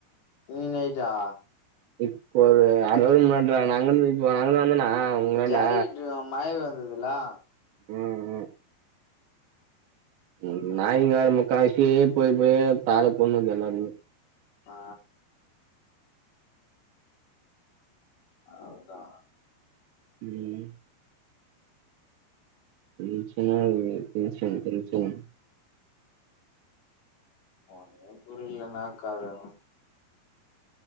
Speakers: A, on the left (about 70°); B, on the right (about 80°).
A: இன்னிக் நைட்டா
B: இப்போ ஒரு அர அவர் முன்னாட்ரா நா அங்கந்து இப்போ நா அங்கந்து வந்தனா உங்களாண்ட
A: ஜாரை கிட்டு மழை வந்துதுலா
B: ம் ம் ம் நாய்ங்க வேற முக்காவாசி போய் போய் இந்தாளக் கொண்ணுது எல்லாமே
A: அ அவ்ளோதா
B: ம் டென்ஷனா வருது டென்ஷனா டென்ஷனா
A: ஒன்னு புரிலனா கால்தான